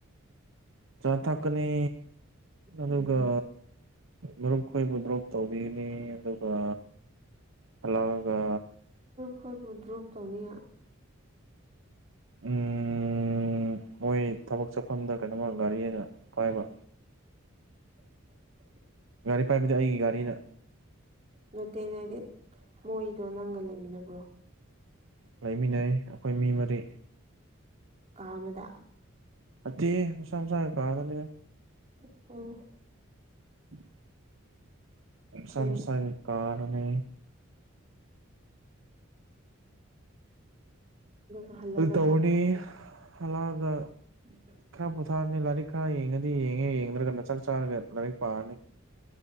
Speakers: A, on the right; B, on the right.
A: ꯆꯥ ꯊꯛꯀꯅꯤ ꯑꯗꯨꯒ
B: ꯎꯝ
A: ꯃꯔꯨꯞ ꯑꯩꯈꯣꯏꯕꯨ ꯗ꯭ꯔꯣꯞ ꯇꯧꯕꯤꯒꯅꯤ ꯑꯗꯨꯒ ꯍꯜꯂꯛꯑꯒ
B: ꯑꯩꯈꯣꯏꯕꯨ ꯗ꯭ꯔꯣꯞ ꯇꯧꯅꯤ
A: ꯎꯝ ꯍꯣꯏ ꯊꯕꯛ ꯆꯠꯐꯝꯗ ꯀꯩꯅꯣꯃ ꯒꯥꯔꯤ ꯑꯅ ꯄꯥꯏꯕ
B: <unintelligible>
A: ꯒꯥꯔꯤ ꯄꯥꯏꯕꯗꯤ ꯑꯩꯒꯤ ꯒꯥꯔꯤꯅ
B: ꯅꯠꯇꯦꯅꯦ ꯍꯥꯏꯗꯤ ꯃꯣꯏꯗꯣ ꯅꯪꯒ ꯂꯩꯃꯤꯟꯅꯕ꯭ꯔꯣ
A: ꯂꯩꯃꯤꯟꯅꯩ ꯑꯩꯈꯣꯏ ꯃꯤ ꯃꯔꯤ
B: ꯀꯥꯃꯗ
A: ꯑꯇꯩ ꯃꯁꯥ ꯃꯁꯥ ꯀꯗꯅꯤꯗ
B: ꯑꯣ
A: <unintelligible>
B: ꯐꯩꯅꯦ
A: ꯁꯁꯣꯏ ꯀꯥꯅꯤ
B: ꯑ ꯍꯜꯂꯕꯖꯆꯥ
A: ꯑꯗꯨ ꯇꯧꯔꯅꯤ
B: ꯈꯕ
A: ꯍꯜꯂꯛꯑꯒ
B: ꯎꯝ
A: ꯈꯔ ꯄꯣꯊꯥꯔꯅꯤ ꯂꯥꯏꯔꯤꯛ ꯈꯔ ꯌꯦꯡꯉꯗꯤ ꯌꯦꯡꯉꯦ ꯌꯦꯡꯗ꯭ꯔꯒꯅ ꯆꯥꯛ ꯆꯥꯔꯒ ꯂꯥꯏꯔꯤꯛ ꯄꯥꯔꯅꯤ